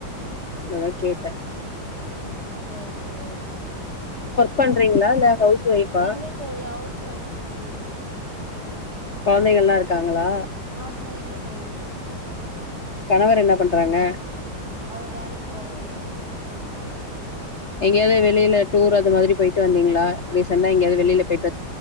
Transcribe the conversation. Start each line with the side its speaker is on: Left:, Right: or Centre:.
Left: நதன் கேட்டேன்.
Right: ஓகே ஓகே செரி.
Left: பண்றங்களா ல்ல ஹவுஸ் ஒய்ஃபா
Right: இல்ல தோழி ஹவுஸ் ஒய்ஃப் தா தோழி.
Left: கொழந்தைகல்லா இருக்காங்களா.
Right: ஆ இல்ல தோழி.
Left: கணவர் என்ன பண்றாங்க
Right: அவுர் வேலைக்கு போறாரு.
Left: எங்கயாவது வெளில டூர் அது மாதிரி போயிட்டு வந்தீங்களா ரீ சென்டா எங்கயாவது வெலியில போயிட்